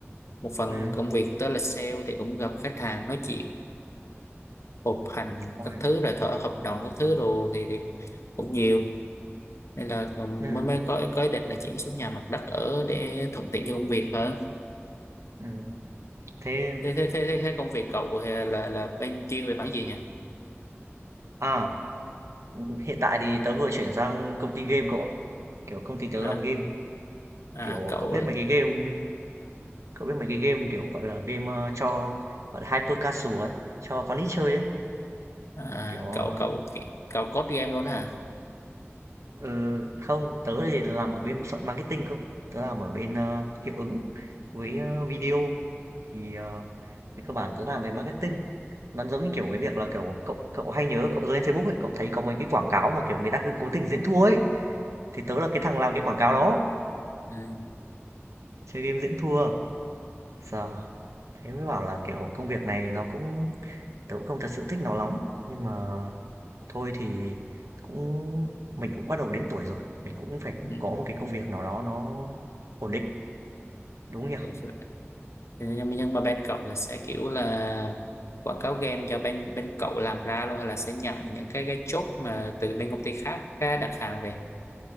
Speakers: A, on the left; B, on the right.
A: một phần
B: ừ
A: công việc tớ là sale thì cũng gặp khách hàng nói chuyện họp hành
B: ôi,
A: các thứ rồi thở hợp đồng các thứ đồ thì, thì cũng nhiều nên là
B: ừ
A: mới mới có có ý định là chuyển xuống nhà mặt đất ở để thuận tiện cho công việc hơn
B: ừm, thế
A: thế thế thế thế thế công việc cậu là là bên chuyên về mảng gì nhỉ
B: à, hiện tại thì tớ vừa chuyển sang công ty game cậu ạ. Kiểu, công ty tớ
A: à
B: làm game,
A: à
B: kiểu,
A: cậu
B: cậu biết mấy cái game cậu biết mấy cái game, kiểu, gọi là, game, ơ, cho, gọi là, hyper casual ấy, cho con nít chơi ấy,
A: à,
B: kiểu, ờ
A: cậu cậu cậu code game luôn hả
B: Ừ, không, tớ thì làm ở bên bộ phận marketing cơ. Tớ làm ở bên ờ, hiệu ứng với ờ, video thì ờ, về cơ bản tớ làm về marketing. Nó giống như kiểu cái việc là kiểu cậu cậu hay nhớ cậu lên Facebook ấy, cậu thấy có mấy cái quảng cáo mà kiểu người ta cứ cố tình diễn thua ấy thì tớ là cái thằng làm cái quảng cáo đó,
A: ừ.
B: chơi game diễn thua. Sợ thế mới bảo là kiểu công việc này nó cũng tớ cũng không thật sự thích nó lắm nhưng mà Thôi thì cũng mình cũng bắt đầu đến tuổi rồi, mình cũng phải
A: Ừ.
B: có một cái công việc nào đó nó ổn định, đúng không nhỉ?
A: Thực sự- nhưng mà nhưng mà bên cậu là sẽ kiểu là quảng cáo game do bên bên cậu làm ra luôn hay là sẽ nhận những cái cái chốt mà từ bên công ty khác á, đặt hàng về